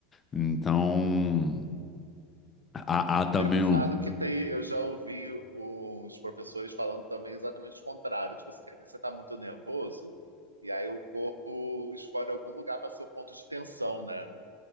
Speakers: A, on the left; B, on the right.
A: Então, há, há também
B: Engraçado
A: um.
B: que tem, eu já ouvi uns professores falando também exatamente o contrário. Tipo assim, que às vezes você está muito nervoso e aí o corpo escolhe algum lugar para ser o ponto de tensão, né?